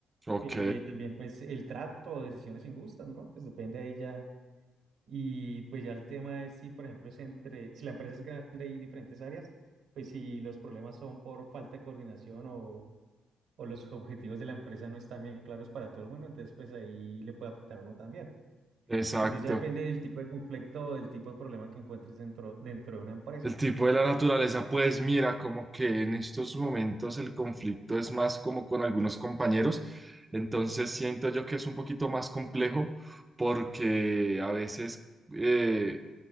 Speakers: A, on the right (about 15°); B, on the right (about 80°).
A: ok,
B: Eh, también, pues, el trato o decisiones injustas, ¿no? Pues depende ahí ya y pues ya el tema es si, por ejemplo, es entre, si la empresa es grande y diferentes áreas, pues si los problemas son por falta de coordinación o, o los objetivos de la empresa no están bien claros para todo el mundo, entonces pues ahí le puede afectar a uno también.
A: exacto.
B: Entonces ya depende del tipo de conflicto o del tipo de problema que encuentres dentro, dentro de una empresa.
A: El tipo de la naturaleza, pues mira, como que en estos momentos el conflicto es más como con algunos compañeros, entonces siento yo que es un poquito más complejo porque a veces eh,